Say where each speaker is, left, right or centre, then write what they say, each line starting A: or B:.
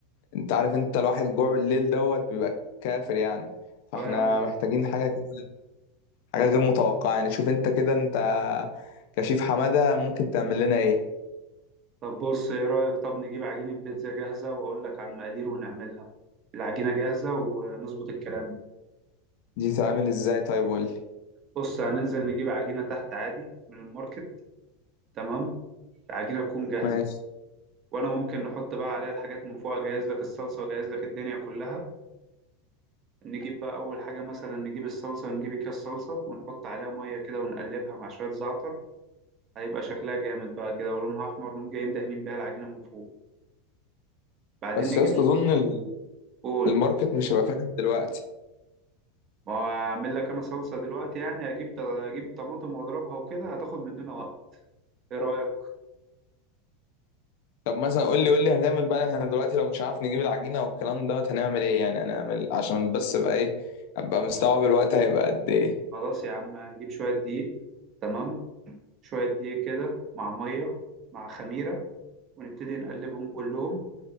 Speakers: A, on the left (about 65°); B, on the right (about 40°).
A: انت عارف انت الواحد جوع بالليل دوت بيبقى كافر يعني فاحنا
B: اه يا عم
A: محتاجين حاجة كده حاجة غير متوقعة يعني شوف انت كده انت كشيف حمادة ممكن تعمل لنا ايه
B: طب بص ايه رايك طب نجيب عجينه بيتزا جاهزه واقول لك على المقادير ونعملها العجينه جاهزه ونظبط الكلام
A: دي تعمل ازاي طيب قول لي
B: بص هننزل نجيب عجينه تحت عادي من الماركت تمام العجينة تكون جاهزة
A: ماشي
B: وأنا ممكن نحط بقى عليها الحاجات من فوق أجهز لك الصلصة وأجهز لك الدنيا كلها نجيب بقى أول حاجة مثلا نجيب الصلصة نجيب أكياس صلصة ونحط عليها مية كده ونقلبها مع شوية زعتر هيبقى شكلها جامد بقى كده ولونها أحمر نقوم جايين دهنين بيها العجينة من فوق بعدين
A: بس
B: نجيب
A: يا اسطى
B: ش-
A: اظن ال-
B: قول
A: الماركت مش هيبقى فاتح دلوقتي
B: ما هو أعمل لك أنا صلصة دلوقتي يعني أجيب ط- أجيب طماطم وأضربها وكده هتاخد مننا وقت إيه رأيك؟
A: طب مثلا قول لي قول لي هنعمل بقى احنا دلوقتي لو مش عارف نجيب العجينه والكلام دوت هنعمل ايه يعني هنعمل عشان بس بقى ايه ابقى مستوعب الوقت هيبقى قد ايه
B: خلاص يا عم هنجيب شوية دقيق تمام شوية دقيق كده مع مية مع خميرة ونبتدي نقلبهم كلهم